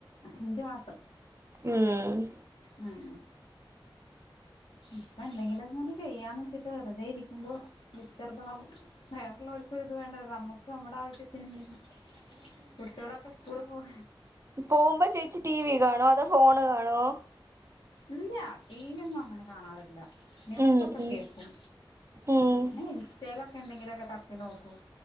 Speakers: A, on the left (about 80°); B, on the right (about 35°).
A: അഞ്ച് മാ
B: ഉം
A: ഉം പ്പ എന്തെങ്കിലൊക്കങ്ങ്ട് ചെയ്യാന്ന് വെച്ചിട്ട് വെറുതെ ഇരിക്കുമ്പോ ഡിസ്റ്റർബാകും വേറൊള്ളോരുക്ക്‌ ഇത് വേണ്ടല്ല നമ്മു <unintelligible> നമ്മടാവശ്യത്തി <unintelligible> കുട്ട്യോളക്കസ്കൂള് പോവാ
B: പോവുമ്പ ചേച്ചി ടി വി കാണോ അതോ ഫോണ് കാണോ
A: ഇല്യ ടി വി ഒന്നും അങ്ങന കാണാറി ഇല്ല ന്യൂസൊക്കെ
B: ഉം ഉം
A: കേക്കും
B: ഉം
A: ന്നെ ഇൻസ്റ്റെലൊക്കെ എന്തെങ്കിലൊക്കെ തപ്പി നോക്കും